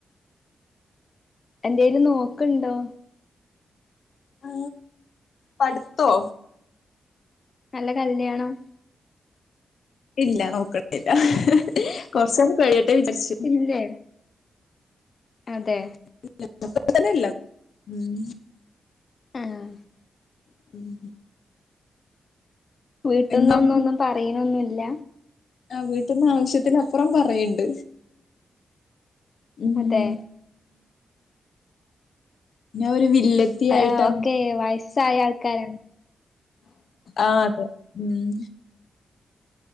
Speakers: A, on the left (about 40°); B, on the left (about 65°).
A: എന്തേലും നോക്കുണ്ടോ
B: ആ പടുത്തോ
A: അല്ല കല്യാണം
B: ഇല്ല നോക്കട്ടില്ല കുറച്ചാലം കഴിയട്ടെ വിചാരിച്ച്
A: ഇല്ലേ അതെ
B: <unintelligible>
A: ആം
B: <inaudible>
A: വീട്ടുന്നൊന്നും
B: എങ്ങും
A: ഒന്നും പറയണൊന്നുമില്ല
B: ആ വീട്ട്ന്ന് ആവശ്യത്തിന് അപ്പുറം പറയണ്ട് ഉം
A: അതെ
B: <inaudible> ഞാനൊരു വില്ലത്തി
A: ആ
B: ആയിട്ടാണ്
A: ഒക്കെ വയസ്സായ ആൾക്കാരാ
B: ആ അതെ ഉം